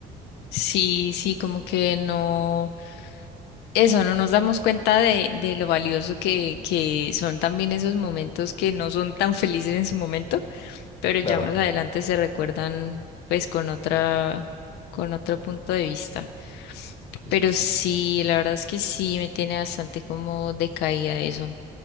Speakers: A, on the left; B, on the left.
A: Sí, sí, como que no, eso, no nos damos cuenta de, de lo valioso que, que son también esos momentos que no son tan felices en su momento, pero ya
B: Claro,
A: más adelante se recuerdan pues con otra, con otro punto de vista.
B: sí,
A: Pero
B: sí, sí,
A: sí, la verdad es que sí me tiene bastante como decaída eso.